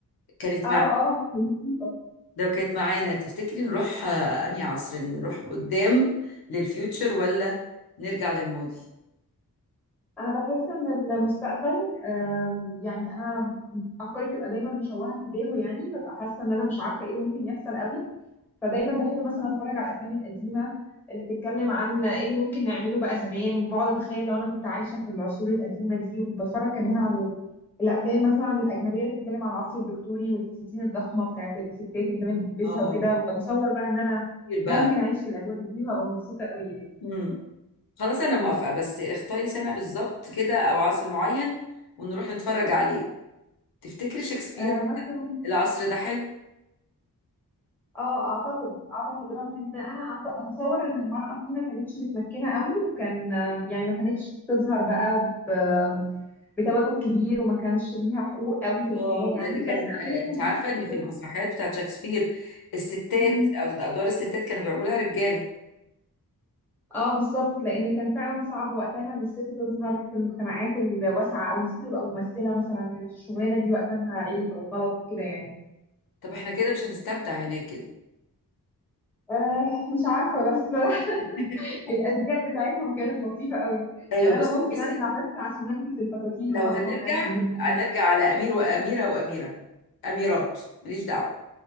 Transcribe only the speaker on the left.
كانت
مع
لو كانت معانا تفتكري نروح آه، انهي عصر نروح قدام للفيوتشر ولا نرجع للماضي
اه
كتير بقى
امم خلاص انا موافقة بس اختاري سنة بالظبط كده او عصر معين ونروح نتفرج عليه تفتكري شكسبير
العصر ده حلو
اه
لا ده كان
انت
عارفه
ان في المسرحيات بتاعت شكسبير الستات
او ادوار الستات كانوا بيعملوها رجاله
طب احنا كده مش هنستمتع هناك كده
<laughs>
ايوه
بصي
بصي
لو
هنرجع
هنرجع
على امير واميره واميره اميرات ماليش دعوه